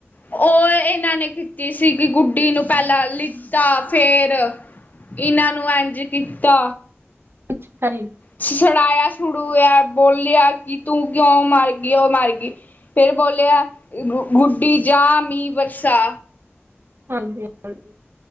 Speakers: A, on the left (about 40°); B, on the right (about 55°).
A: ਉਹ ਇਹਨਾਂ ਨੇ ਕੀਤੀ ਸੀ ਕਿ ਗੁੱਡੀ ਨੂੰ ਪਹਿਲਾਂ ਲਿੱਤਾ ਫੇਰ। ਇਹਨਾਂ ਨੂੰ ਇੰਝ ਕੀਤਾ।
B: <unintelligible>
A: ਸੁੜਾਇਆ ਸੁੜੂਆ ਬੋਲਿਆ ਕਿ ਤੂੰ ਕਿਉਂ ਮਰਗਈ ਉਹ ਮਰ ਗਈ ਫਿਰ ਬੋਲਿਆ ਗੁੱਡੀ ਜਾ ਮੀਂਹ ਬਰਸਾ।
B: ਹਾਂਜੀ। ਹਾਂਜੀ।